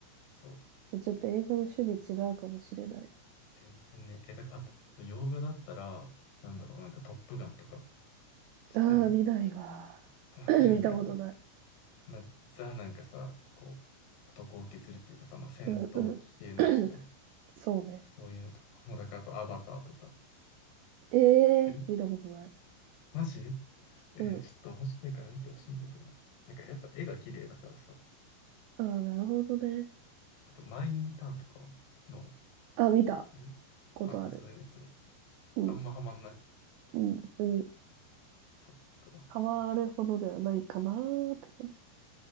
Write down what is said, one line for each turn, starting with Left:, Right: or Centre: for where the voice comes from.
Left: そ
Right: じゃあちょっと映画の趣味違うかもしれない。
Left: う。全然ね、え、だから、あと、そう洋画だったら、なんだろう、なんかトップガンとか、知ってる
Right: ああ、見ないわ。<coughs>
Left: トム・
Right: <clears throat>
Left: クルーズのやつ。
Right: 見たことない。
Left: まあ、ザなんかさ、こう、男受けするっていうかさ、まあ、戦闘機系のやつじゃん。
Right: うんうん。<coughs> <clears throat> そうね。
Left: そういうのとか、もうだからあとアバターとか。
Right: え
Left: 知ってる
Right: えー、見たことない。
Left: マジえーちょっと面白いから見てほしいんだけど。
Right: うん。
Left: なんかやっぱ絵が綺麗だからさ。
Right: ああ、なるほどね。
Left: あと、マイ・インターンとかはの、
Right: あ、見た
Left: 知ってるあン・
Right: ことある。
Left: ハサウェイのやつ。
Right: うん。
Left: あんまハマんない。
Right: うん、別に、
Left: そっか。
Right: ハマるほどではないかなーって感じ。